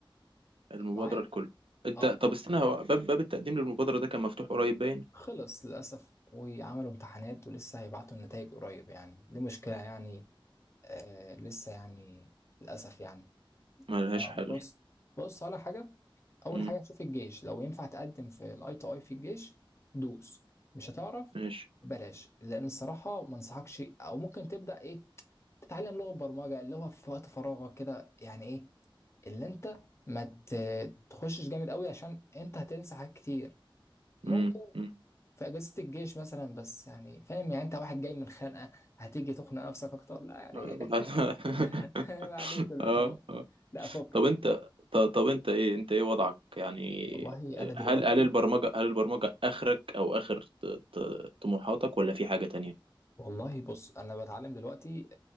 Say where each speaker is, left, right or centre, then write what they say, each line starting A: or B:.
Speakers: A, on the right; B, on the left.
A: المبادرة
B: معايا
A: الكل انت
B: اه
A: طب استنى هو باب باب التقديم للمبادرة ده كان مفتوح قريب باين
B: خلص للاسف وعملوا امتحانات ولسه هيبعتوا النتائج قريب يعني دي مشكله يعني آه لسه يعني للاسف يعني
A: ملهاش
B: آه،
A: حل
B: بص بص على حاجه اول
A: مم.
B: حاجه شوف الجيش لو ينفع تقدم في الاي تو اي في الجيش دوس مش هتعرف
A: ماشي
B: بلاش لان الصراحه ما انصحكش او ممكن تبدا ايه تتعلم لغه برمجه اللي هو في وقت فراغك كده يعني ايه اللي انت ما ت- تخشش جامد قوي عشان انت هتنسى حاجات كتير
A: مم.
B: ممكن
A: مم.
B: في اجازه الجيش مثلا بس يعني فاهم يعني انت واحد جاي من خانقه هتيجي تخنق نفسك اكتر لا يعني
A: اه
B: <laughs>
A: <laughs>
B: معلش لا
A: اه
B: خلاص
A: آه.
B: لا فكك
A: طب انت ط- طب انت ايه انت ايه وضعك يعني
B: والله انا دلوقتي
A: هل هل البرمجة هل البرمجة اخرك او اخر ط- ط- طموحاتك ولا في حاجة تانية
B: والله بص انا بتعلم دلوقتي